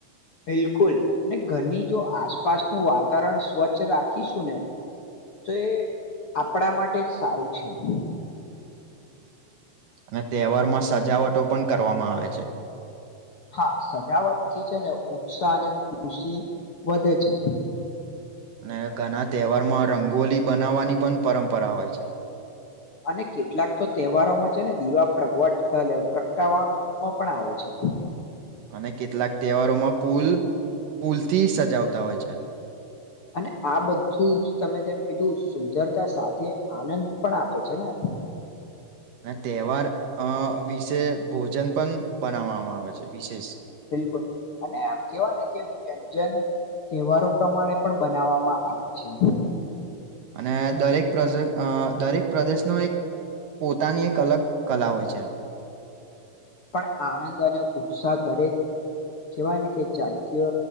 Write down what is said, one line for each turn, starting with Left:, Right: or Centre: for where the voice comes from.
Left: બિલકુલ ને ઘરની જો આસપાસનું વાતાવરણ સ્વચ્છ રાખીશું ને. તો, એ આપણા માટે જ સારું છે. <inaudible>
Right: અને તહેવારમાં સજાવટો પણ કરવામાં આવે છે.
Left: હા, સજાવટ થી છે, ને ઉત્સાહ અને ખુશી વધે છે.
Right: અને ઘણા તહેવારમાં રંગોલી બનાવવાની પણ પરંપરા હોય છે.
Left: અને કેટલાક તો તહેવારોમાં છે, ને દીવા પ્રગવટ એટ પ્રગટાવવામાં પણ આવે છે.
Right: <inaudible> અને કેટલાક તહેવારોમાં પુલ પુલથી સજાવતા હોય છે.
Left: અને આ બધું જ તમે જેમ કીધું સુંદર સાથે આનંદ પણ આપે છે, ને?
Right: અને તહેવાર અ વિશે ભોજન પણ બનાવવામાં આવે છે, વિશેષ.
Left: બિલકુલ અને આમ કેવાય ને કે વ્યંજન તહેવારો પ્રમાણે પણ બનાવવામાં આવે છે.
Right: અને દરેક પ્ર દરેક પ્રદેશનો એક પોતાની એક અલગ કલા હોય છે.
Left: પણ આનંદ અને ઉત્સાહ દરેક કહેવાય ને, કે કે